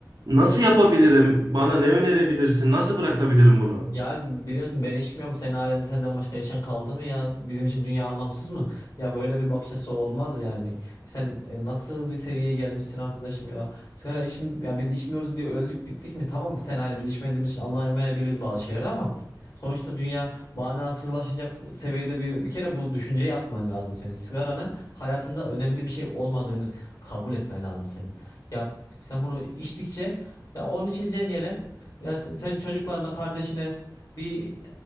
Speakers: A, on the right; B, on the left.
A: Nasıl yapabilirim? Bana ne önerebilirsin? Nasıl bırakabilirim bunu?
B: Ya biliyorsun ben içmiyorum. Senin halinde senden başka içen kaldı mı ya? Bizim için dünya anlamsız mı? Ya böyle bir bakış açısı olmaz yani. Sen e, nasıl bir seviyeye gelmişsin arkadaşım ya? Sigara içm ya biz içmiyoruz diye öldük bittik mi? Tamam sen hani biz içmediğimiz için anlayamayabiliriz bazı şeyleri ama sonuçta dünya manasızlaşacak seviyede bir bir kere bu düşünceyi atman lazım senin. Sigaranın hayatında önemli bir şey olmadığını kabul etmen lazım senin. Ya sen bunu içtikçe ya onu içeceğin yere ya sen sen çocuklarına, kardeşine bir